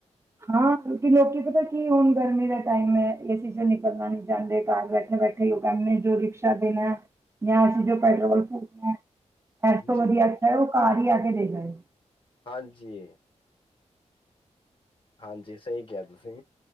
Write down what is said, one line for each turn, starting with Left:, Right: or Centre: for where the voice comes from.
Right: ਹਾਂ ਕਿਉਕਿ ਲੋਕੀ ਪਤਾ ਕੀ ਹੁਣ ਗਰਮੀ ਦੇ ਟਾਈਮ ਏਸੀ ਚ ਨਿਕਲਣਾ ਨਹੀਂ ਚਾਹੁੰਦੇ ਕਾਰ ਬੈਠੇ ਬੈਠੇ ਉਹ ਕਹਿੰਦੇ ਨੇ ਜੋ ਰਿਕਸ਼ਾ ਦੇਣਾ ਜਾਂ ਅਸੀਂ ਜੋ ਪੈਟਰੋਲ ਫੁਕਣਾ ਏਸ ਤੋਂ
Left: ਜੀ
Right: ਵਧੀਆ ਅੱਛਾ ਉਹ ਘਰ ਹੀ <unintelligible>
Left: ਹਾਂਜੀ ਹਾਂਜੀ ਸਹੀ ਕਿਹਾ ਤੁਸੀਂ